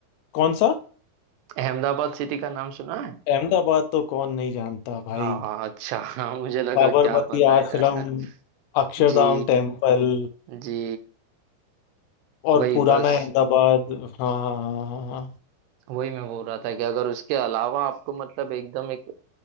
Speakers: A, on the left (about 85°); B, on the right (about 80°).
A: कौन सा
B: अहमदाबाद सिटी का नाम सुना है
A: अहमदाबाद तो कौन नहीं जानता भाई
B: हाँ हाँ अच्छा <laughs> हाँ मुझे लगा
A: साबरमती
B: क्या पता है
A: आश्रम
B: यार <laughs>
A: अक्षरधाम
B: जी
A: टेम्पल
B: जी
A: और
B: वही
A: पुराना
B: बस
A: अहमदाबाद हाँ हाँ
B: वही मैं बोल रहा था कि अगर उसके अलावा आपको मतलब एकदम एक